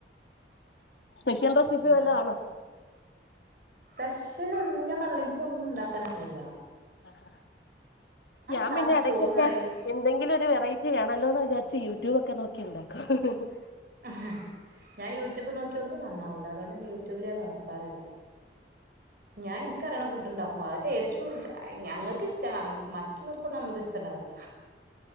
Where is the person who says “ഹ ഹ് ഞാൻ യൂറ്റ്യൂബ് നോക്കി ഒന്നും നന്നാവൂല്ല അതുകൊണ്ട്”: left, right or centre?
Right